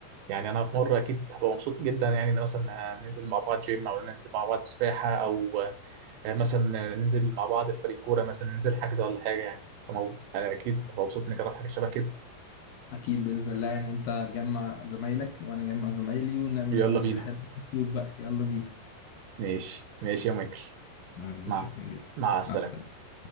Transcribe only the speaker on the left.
اكيد باذن الله يعني انت تجمع زمايلك وانا اجمع زمايلي ونعمل
منافسه
حلوه في اليوتيوب بقى يلا بينا
نعم
شكرا جدا
مع السلامة